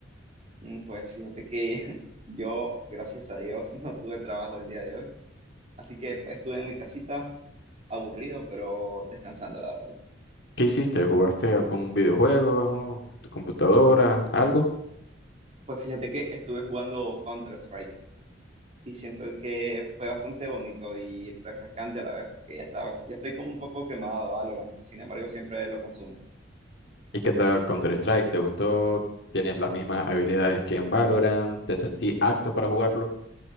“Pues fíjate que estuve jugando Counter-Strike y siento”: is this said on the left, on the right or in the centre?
Right